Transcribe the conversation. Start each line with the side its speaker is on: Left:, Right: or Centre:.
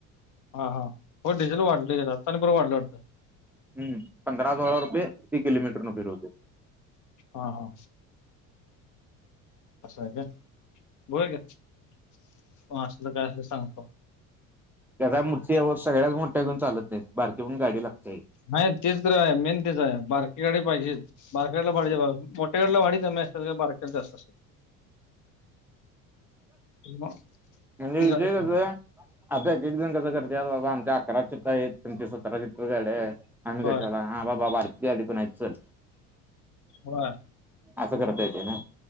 Left: हा हा हो डिझेल वाढले आता आणि परत वाढलं वाटतं.
Centre: हम्म पंधरा सोळा रुपये कि किलमीटर फिरतो.
Left: हा हा असं आहे का होय का असलं काय असलं तर सांगतो.
Centre: त्याचा मूततीव सगळ्या मोठ्या घऊन लत बारकीहन गाडी लागते <unintelligible>
Left: नाही तेच र आहे मेन तेच आहे बारकी गाडी पाहिजेच. बारक्या गाडीला मोठ्या गाडीला भाडी कमी असतात बारक्याला जास्त असतात? मग
Centre: म्हणजे
Left: ती गाडी
Centre: विजय
Left: पाहिजे.
Centre: कसं आहे? अता एक एकजण कसं करते बाबा आमच्या अकरा चित््र आहेत तुमचे सतरा चित्र झाडे आहे <unintelligible> आम्ही
Left: होय
Centre: कशाला हा बाबा बारकी गाडी पण आहे चल.
Left: होय.
Centre: असं करता येते ना?